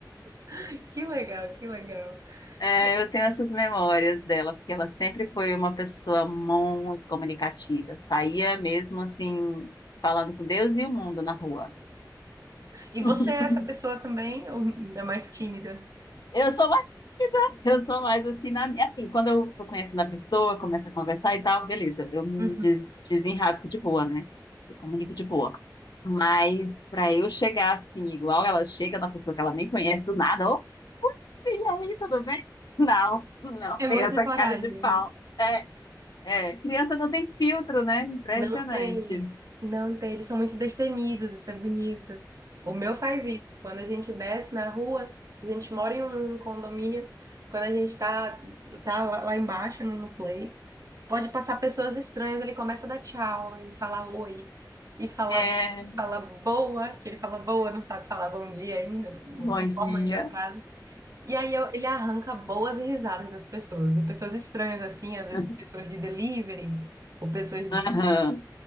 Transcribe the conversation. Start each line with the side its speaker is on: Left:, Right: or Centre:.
Right: <laughs> que legal, que legal.
Left: É,
Right: que legal.
Left: eu tenho essas memórias dela, porque ela sempre foi uma pessoa muito comunicativa. Saía mesmo assim, falando com Deus e o mundo na rua.
Right: E
Left: <laughs>
Right: você é essa pessoa também, ou é mais tímida?
Left: Eu sou mais tímida, eu sou mais assim na minha. Assim, quando eu tô conhecendo a pessoa, começo a conversar e tal, beleza, eu me
Right: Uhum.
Left: des- desenrasco de boa, né? Eu comunico de boa. Mas para eu chegar assim, igual ela chega na pessoa que ela nem conhece do nada, ô, e aí, tudo bem? <laughs> Não, não,
Right: É
Left: tem
Right: muita
Left: essa
Right: coragem.
Left: cara de pau. É, É, criança não tem filtro, né? Impressionante.
Right: Não tem, não tem. Eles são muito destemidos, isso é bonito. O meu faz isso. Quando a gente desce na rua, a gente mora em um condomínio, quando a gente tá, tá lá lá embaixo no, no play, pode passar pessoas estranhas, ele começa a dar tchau e falar oi, e fala,
Left: É. É,
Right: fala boa, que ele fala boa, não sabe falar bom dia ainda, não, não
Left: bom
Right: não forma ainda
Left: dia.
Right: frases. E aí eu- ele arranca boas risadas das pessoas, viu? Pessoas estranhas assim, às vezes
Left: <laughs>
Right: pessoas de delivery, ou pessoas
Left: Aham,
Right: de